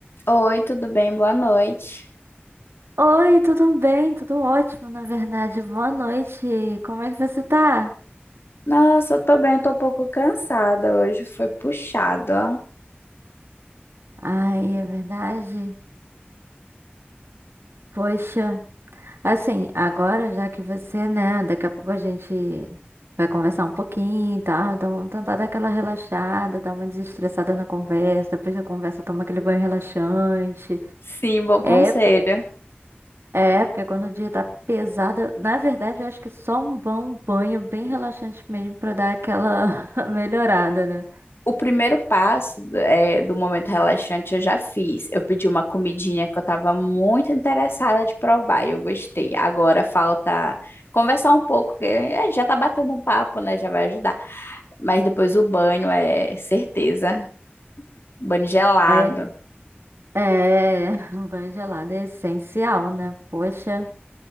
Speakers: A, on the left (about 70°); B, on the right (about 75°).
A: Oi, tudo bem? Boa noite.
B: Oi, tudo bem? Tudo ótimo, na verdade. Boa noite. Como é que você tá?
A: Nossa, eu tô bem, eu tô um pouco cansada hoje, foi puxado, ó.
B: Ai, é verdade. Poxa, assim, agora já que você, né, daqui a pouco a gente vai conversar um pouquinho e tal, então tentar dar aquela relaxada, dar uma desestressada na conversa, depois da conversa toma aquele banho relaxante.
A: Sim, bom conselho.
B: É, por- é, porque quando o dia tá pesado, na verdade eu acho que é só um bom banho bem relaxante mesmo pra dar aquela <laughs> melhorada, né?
A: O primeiro passo do é, do momento relaxante eu já fiz. Eu pedi uma comidinha que eu tava muito interessada de provar e eu gostei. Agora falta conversar um pouco, que é, já tá batendo um papo, né? Já vai ajudar. Mas depois o banho é certeza. Banho gelado.
B: É, É, um banho gelado é essencial, né? Poxa.